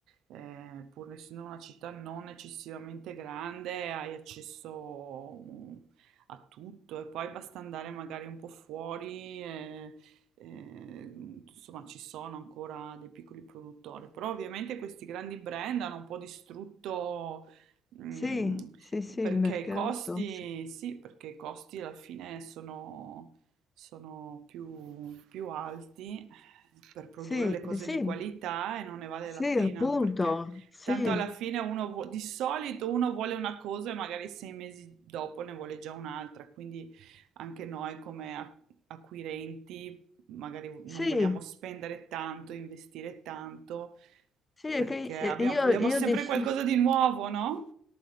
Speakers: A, on the right; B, on the left.
A: eh, pur essendo una città non eccessivamente grande, hai accesso mm, a tutto e poi basta andare magari un po' fuori. e- eh, insomma, ci sono ancora dei piccoli produttori, però ovviamente questi grandi brand hanno un po' distrutto. Mm,
B: Sì, sì, sì,
A: perché
B: il mercato,
A: i costi,
B: sì.
A: sì, perché i costi alla fine sono, sono più, più alti per produrre
B: Sì,
A: le cose
B: sì,
A: di qualità e non ne vale
B: sì,
A: la pena
B: appunto,
A: perché
B: sì,
A: tanto alla fine uno vu- di solito uno vuole una cosa e magari sei mesi dopo ne vuole già un'altra, quindi anche noi come a- acquirenti magari non
B: sì,
A: vogliamo spendere tanto, investire tanto
B: sì, è
A: perché
B: che
A: abbiamo-
B: io,
A: vogliamo
B: io
A: sempre
B: dis-
A: qualcosa di nuovo, no?